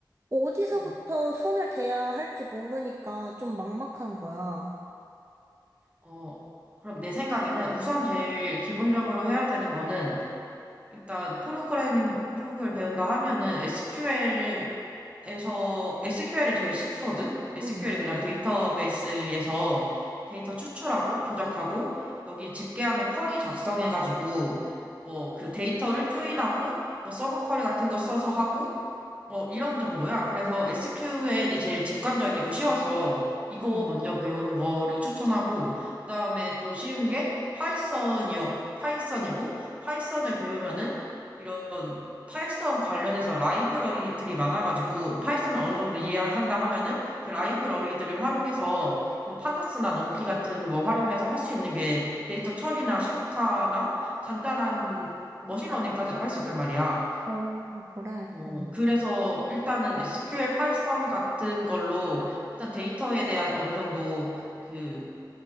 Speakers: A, on the right (about 35°); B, on the right (about 15°).
A: 어디서부터
B: 응.
A: 손을 대야 할지 모르니까 좀 막막한 거야.
B: 어, 그럼 내 생각에는 우선 제일 기본적으로 해야 되는 거는 일단 프로그래밍 쪽을 배운다 하면은 SQL에서 SQL이 제일 쉽거든. SQL이
A: 응.
B: 그냥 데이터베이스에서 데이터 추출하고 조작하고 여기 집계하는 쿼리 작성해가지고 뭐 그 데이터를 조인하고 뭐 서브 쿼리 같은 거 써서 하고 뭐 이런 정도야. 그래서 SQL이 제일 직관적이고 쉬워서 이거
A: 응.
B: 먼저 배우는 거를 추천하고 그다음에 또 쉬운 게 파이썬이요. 파이썬이고 파이썬을 배우면은 이런 파이썬 관련해서 라이브러리들이 많아가지고 파이썬을 어느 정도 이해한다 하면은 그 라이브러리들을 활용해서 뭐 판다스나 넘피 같은 거 활용해서 할 수 있는 게 데이터 처리나 시각화나 간단한 머신러닝까지도 할 수 있단 말이야.
A: 어, 그래.
B: 어,
A: 응.
B: 그래서 일단은 SQL 파이썬 같은 걸로 일단 데이터에 대한 어느 정도 그